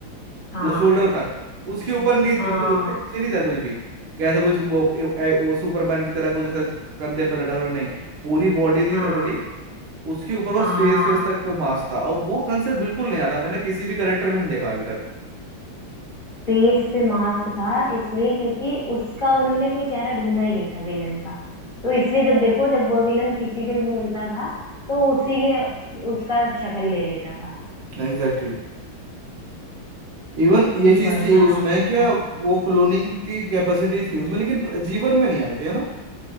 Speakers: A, on the left; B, on the right.
A: हाँ
B: मतलब शोल्डर तक उसके ऊपर नहीं
A: हाँ
B: थी, उसने उसके नीचे नहीं था कुछ भी कैसा कुछ वो ए, ए, वो सुपरमैन की तरह कुछ ऐसा कंधे पे लटक रहा नहीं पूरी बॉडी थी
A: हाँ
B: तगड़ी उसके ऊपर बस
A: हाँ
B: फेस फेस तक पे मास्क था और वो कंसेप्ट बिल्कुल नहीं आता मैंने किसी भी करेक्टर में नहीं देखा अभी तक
A: फेस पे मास्क था इसलिए क्योंकि उसका उन्होंने कोई चेहरा ढूंढा ही नहीं था विलन का तो इसलिए जब देखो जब वो विलन किसी से भी मिलता था तो उसी के उसका शक्ल ले लेता था
B: Exactly exactly. इवन ये
A: लेकिन
B: चीज
A: बढ़िया
B: थी उसमें
A: कॉन्सेप्ट
B: क्या
A: था
B: वो क्लोनिंग की कैपेसिटी थी उसमें लेकिन जीवन में नहीं आई थी है ना